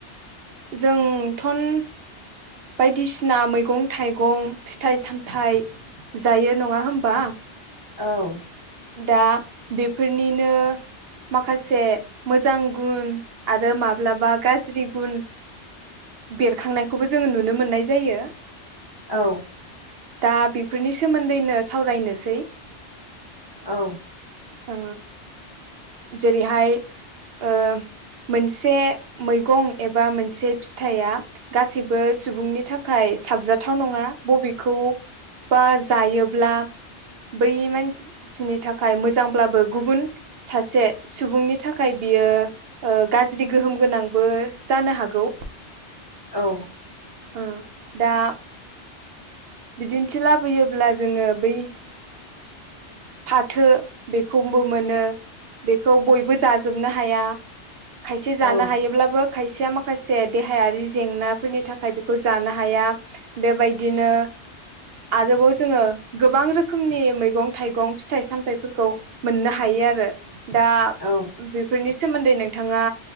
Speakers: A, on the right; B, on the left.
A: जोंथन बायदिसिना मैगं थाइगं फिथाइ सामथाइ जायो नङा होमबा
B: औ
A: दा बेफोरनिनो माखासे मोजां गुन आरो माब्लाबा गाज्रि गुन बेरखांनायखौबो जोङो नुनो मोननाय जायो।
B: औ
A: दा बेफोरनि सोमोन्दैनो सावरायनोसै
B: औ
A: ओ जेरैहाय ओ मोनसे मैगं एबा मोनसे फिथाइया गासैबो सुबुंनि थाखाय ए साबजाथाव नङा बबेखौ बा जायोब्ला बै मान सि-सि नि थाखाय मोजांब्लाबो गुबुन सासे सुबुंनि थाखाय बियो ओ ओ गाज्रि गोहोम गोनांबो जानो हागौ।
B: औ
A: ओ दा बिदिन्थि लाबोयोब्ला जोङो बै फाथो बेखौबो मोनो बेखौ बयबो जाजोबनो हाया खायसे जानो
B: औ
A: हायोब्लाबो खायसेया माखासे देहायारि जेंनाफोरनि थाखाय बेखौ जानो हाया बेबायदिनो <inaudible> आरोबाव जोङो गोबां रोखोमनि मैगं थाइगं फिथाइ सामथाइफोरखौ मोननो हायो आरो। दा
B: औ
A: बेफोरनिस सोमोन्दै नोंथाङा